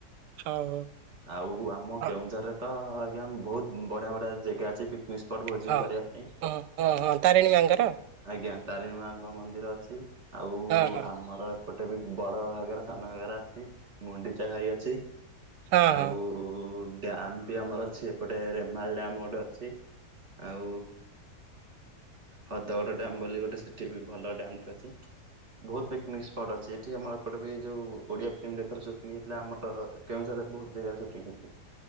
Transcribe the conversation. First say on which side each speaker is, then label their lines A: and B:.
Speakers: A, on the right (about 80°); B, on the right (about 40°).
A: ହଉ ହଉ।
B: ଆଉ ଆମ
A: ହଁ
B: କେଉଁଝରରେ ତ ଆଜ୍ଞା ବହୁତ ବଢିଆ ବଢିଆ ଯେଗା ଅଛି ବିସ୍ପଟ୍ ଭୋଜି
A: ହଁ
B: କରିବା ପାଇଁ।
A: ହଁ ହଁ ହଁ ତାରିଣୀ ମାଙ୍କର ହଁ
B: ଆଜ୍ଞା ତାରିଣୀ ମାଙ୍କ ମନ୍ଦିର ଅଛି ଆଉ
A: ହଁ ହଁ
B: ଆମର ଗୋଟେ ବି ବଡ ଭାଗରା ସାନ ଭାଗରା ଅଛି, ଗୁଣ୍ଡିଚା ଘାଇ ଅଛି,।
A: ହଁ
B: ଆଉ
A: ହଁ
B: ଉ ଡ୍ୟମ୍ ବି ଆମର ଅଛି ଏପଟେ ରେମାଲ ଡ୍ୟମ୍ ଗୋଟେ ଅଛି ଆଉ ହଦଗଡ ଡ୍ୟାମ ବୋଲି ଗୋଟେ ସେଠି ବି ଭଲ ଡ୍ୟାମେ ଟେ ଅଛି। ବହୁତ ପିକନିକ ସ୍ପଟ୍ ଅଛି ଏଠି ଆମର ଏପଟେ ବି ଯୋଉ ଓଡିଆ ଫିଲ୍ମ ଏଥର ସୁଟିଂ ହେଇଥିଲା ଆମର କେଉଁଝର ବହୁତ ଜାଗାରେ ଛୁଟିଂ ହେଇଛି।